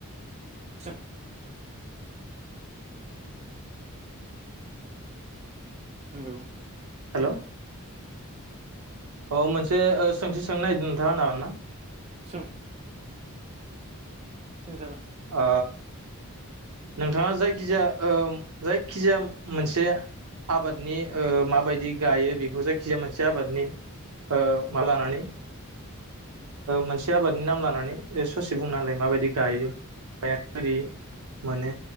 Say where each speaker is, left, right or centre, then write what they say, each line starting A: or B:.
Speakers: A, on the right; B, on the right.
A: सों हेलौ
B: हेल अ मोनसे ओ सोंथि सोंनो नागिरदों नोंथाङा होनो हागोना
A: सों सोंजागोन
B: ओ नोंथाङा जायखिजाया ओ जायखिजाया मोनसे आबादनि ओ माबायदि गायो बेखौ जायखिजाया मोनसे आबादनि ओ मा लानानै मोनसे आबादनि नाम लानानै ससे बुंना होलाय माबायदि गायो <unintelligible> माने